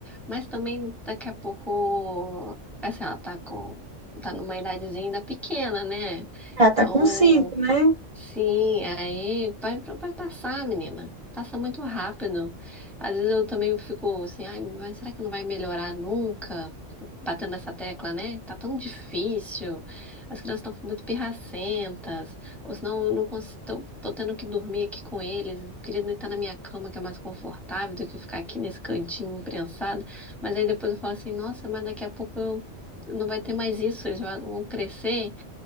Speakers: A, in the centre; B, on the right.
A: Mas também daqui a pouco, assim, ela tá com, tá numa idadezinha ainda pequena, né?
B: Ela tá
A: Então,
B: com cinco, né?
A: Sim, aí vai, vai passar, menina. Passa muito rápido. Às vezes eu também fico assim, ai, mas será que não vai melhorar nunca? Fico batendo nessa tecla, né? Tá tão difícil. As crianças estão muito pirracentas. Ou senão eu não consigo, tô, tô tendo que dormir aqui com eles. Eu Queria deitar na minha cama, que é mais confortável do que ficar aqui nesse cantinho imprensado. Mas aí depois eu falo assim, nossa, mas daqui a pouco eu- não vai ter mais isso. Eles vão crescer.